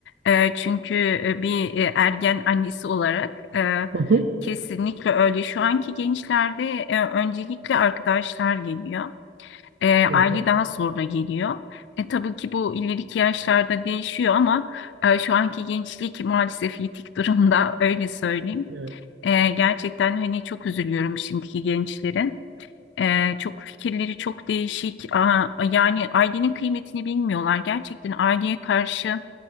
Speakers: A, on the left; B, on the right.
A: Ee, çünkü e, bir e, ergen annesi olarak e,
B: Hı hı.
A: kesinlikle öyle. Şu anki gençlerde e, öncelikle arkadaşlar geliyor. E, aile
B: Hı hı.
A: daha sonra geliyor. E, tabii ki bu ileriki yaşlarda değişiyor ama e, şu anki gençlik maalesef yitik durumda <laughs> öyle söyleyeyim.
B: Evet.
A: E, gerçekten hani çok üzülüyorum şimdiki gençlere. Ee, çok fikirleri çok değişik. Aa, yani ailenin kıymetini bilmiyorlar. Gerçekten aileye karşı